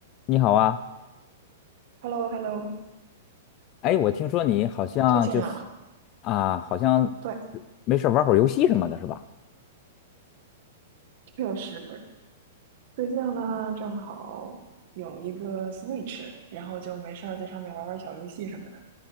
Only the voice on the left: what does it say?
你好啊，
哎，我听说你好像就是
啊，好像
没事儿玩会儿游戏什么的，是吧？